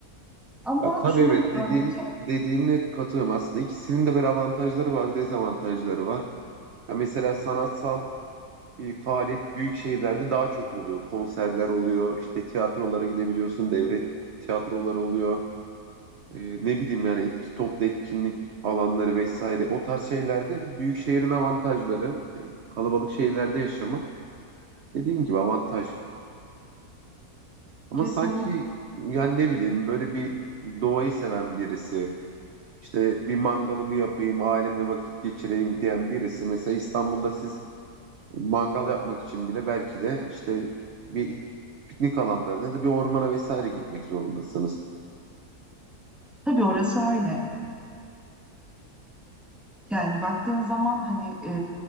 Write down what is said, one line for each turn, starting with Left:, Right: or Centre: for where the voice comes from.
Centre: Ama
Right: Ya tabii
Centre: şunu
Right: evet
Centre: biliyorum
Right: dediğin
Centre: ki
Right: dediğine katılıyorum. Aslında ikisinin de böyle avantajları var, dezavantajları var. Ya mesela sanatsal bir faaliyet büyük şehirlerde daha çok oluyor. Konserler oluyor, işte tiyatrolara gidebiliyorsun, devlet tiyatroları oluyor. e, ne bileyim yani etki, toplu etkinlik alanları vesaire o tarz şeylerde büyük şehrin avantajları e, kalabalık şehirlerde yaşamak dediğim gibi avantaj. Ama
Centre: kesinlikle
Right: sanki yani ne bileyim böyle bir doğayı seven birisi işte bir mangalımı yapayım ailemle vakit geçireyim diyen birisi mesela İstanbul'da siz mangal yapmak için bile belki de işte bir piknik alanlarına ya da bir ormana vesaire gitmek zorundasınız.
Centre: tabii orası öyle. Yani baktığın zaman hani e,